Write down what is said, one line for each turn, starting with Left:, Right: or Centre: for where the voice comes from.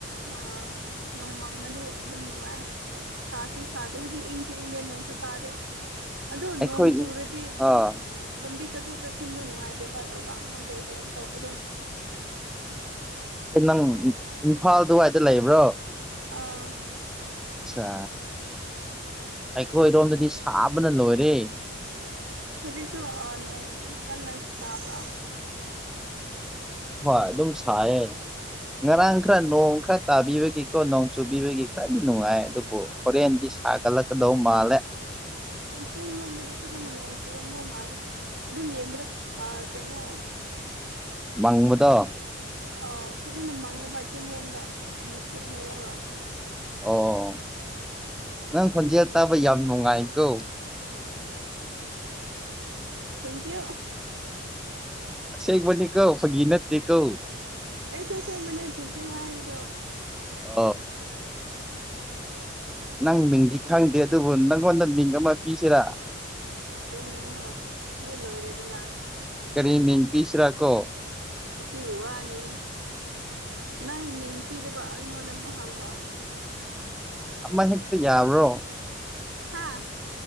Right: ꯑ ꯅꯣꯡꯃꯪꯉꯥꯗꯤ ꯑꯗꯨꯝ ꯅꯨꯡꯉꯥꯏ ꯁꯥꯁꯨ ꯁꯥꯗꯦ ꯍꯧꯖꯤꯛ ꯏꯪ ꯏꯪꯉꯦ ꯅꯣꯡꯁꯨ ꯇꯥꯗꯦ ꯑꯗꯣ
Centre: ꯑꯩꯈꯣꯏ
Right: ꯅꯣꯡ ꯆꯨꯔꯗꯤ ꯆꯣꯠ
Centre: ꯑꯥ
Right: ꯂꯝꯕꯤ ꯆꯠꯊꯣꯛ ꯆꯠꯁꯤꯟꯗ ꯅꯨꯡꯉꯥꯏꯇꯦꯕ ꯂꯩꯕꯥꯛꯅ ꯀꯩ ꯀꯔꯤ ꯇꯧꯕꯗꯣ
Centre: ꯑꯗꯣ ꯅꯪ ꯏꯝꯐꯥꯜ ꯑꯗꯨꯋꯥꯏꯗ ꯂꯩꯕ꯭ꯔꯣ
Right: ꯑꯥ
Centre: ꯑꯠꯆꯥ ꯑꯩꯈꯣꯏꯔꯣꯝꯗꯗꯤ ꯁꯥꯕꯅ ꯂꯣꯏꯔꯦ
Right: ꯍꯧꯖꯤꯛꯁꯨ ꯑꯅꯣ ꯀꯟꯅꯁꯕ
Centre: ꯍꯣꯏ ꯑꯗꯨꯝ ꯁꯥꯏꯌꯦ ꯉꯔꯥꯡ
Right: ꯑꯣ
Centre: ꯈꯔ ꯅꯣꯡ ꯈꯔ ꯇꯥꯕꯤꯕꯒꯤꯀꯣ ꯅꯣꯡ ꯆꯨꯕꯤꯕꯒꯤ ꯈꯔꯗꯤ ꯅꯨꯡꯉꯥꯏ ꯑꯗꯨꯕꯨ ꯍꯣꯔꯦꯟꯗꯤ ꯁꯥꯒꯠꯂꯛꯀꯗꯧ ꯃꯥꯜꯂꯦ
Right: ꯆꯤꯡ ꯂꯣꯝꯗꯗꯤ ꯐꯖꯅ ꯅꯣꯡ ꯆꯨꯔꯝꯗꯧ ꯃꯥꯜꯂꯦ ꯑꯗꯨꯝ ꯌꯦꯡꯕꯗꯥ ꯑ ꯀꯩꯅꯣ
Centre: ꯃꯪꯕꯗꯣ
Right: ꯑ ꯐꯖꯅ ꯃꯥꯡꯉꯦꯕ ꯆꯤꯡꯂꯣꯝꯗ ꯃꯨꯁꯨꯛ ꯃꯨꯔꯒ
Centre: ꯑꯣ ꯅꯪ ꯈꯣꯟꯖꯦꯜ ꯇꯥꯕ ꯌꯥꯝ ꯅꯨꯡꯉꯥꯏꯀꯣ
Right: ꯊꯦꯡꯀꯤꯌꯨ
Centre: ꯑꯁꯦꯡꯕꯅꯤ ꯀꯣ ꯐꯒꯤ ꯅꯠꯇꯦ ꯀꯣ
Right: ꯑꯩꯁꯨ ꯑꯁꯦꯡꯕꯅꯦ ꯊꯦꯡꯀꯤꯌꯨ ꯍꯥꯏꯔꯤꯗꯣ
Centre: ꯑꯣ ꯅꯪ ꯃꯤꯡꯗꯤ ꯈꯪꯗꯦ ꯑꯗꯨꯕꯨ ꯅꯪꯉꯣꯟꯗ ꯃꯤꯡ ꯑꯃ ꯄꯤꯁꯦꯔꯥ
Right: ꯀꯩꯃꯤꯡꯅꯣ ꯄꯤ ꯂꯣꯏꯔꯦꯗꯅ
Centre: ꯀꯔꯤ ꯃꯤꯡ ꯄꯤꯁꯤꯔꯥꯀꯣ
Right: ꯑꯁꯤꯕꯨ ꯋꯥꯅꯤ ꯅꯪ ꯃꯤꯡ ꯄꯤꯗꯕ ꯑꯩꯉꯣꯟꯗ ꯑꯃꯨꯛ ꯍꯪꯕ
Centre: ꯑꯃ ꯍꯦꯛꯇ ꯌꯥꯕ꯭ꯔꯣ
Right: ꯍꯥꯥ